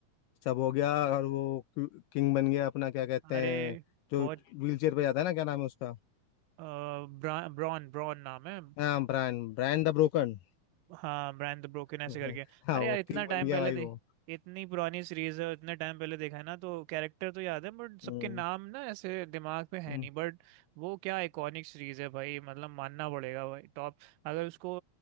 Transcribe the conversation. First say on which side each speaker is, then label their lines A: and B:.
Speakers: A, on the left (about 80°); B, on the right (about 85°).
A: सब हो गया और वो किंग बन गया अपना क्या कहते
B: अरे
A: हैं जो
B: बहुत
A: व्हील चेयर पे जाता है ना क्या नाम है उसका
B: अ, ब्रा, ब्रॉन ब्रॉन नाम है
A: हाँ ब्रांड ब्रांड द ब्रोकन
B: हाँ ब्रांड द ब्रोकन ऐसे
A: <laughs>
B: करके
A: हाँ
B: अरे
A: वो
B: यार इतना
A: किंग
B: टाइम
A: बन गया
B: पहले
A: भाई
B: देख
A: वो
B: इतनी पुरानी सीरीज है इतने टाइम पहले देखा है ना तो कैरेक्टर तो याद है बट सबके
A: हम्म
B: नाम ना ऐसे दिमाग पे है
A: हम्म
B: नहीं बट वो क्या आइकॉनिक सीरीज है भाई मतलब मानना पड़ेगा भाई टॉप अगर उसको